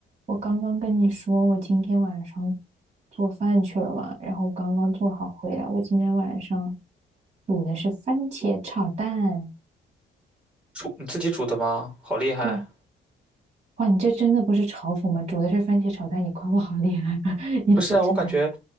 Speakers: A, on the right; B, in the centre.
A: 我刚刚跟你说，我今天晚上做饭去了嘛，然后刚刚做好回来。我今天晚上煮的是番茄炒蛋。
B: 煮你自己煮的吗？好厉害！
A: 对，哇，你这真的不是嘲讽吗？煮的是番茄炒蛋，你夸我好厉害，<laughs> 你这真的。
B: 不是啊，我感觉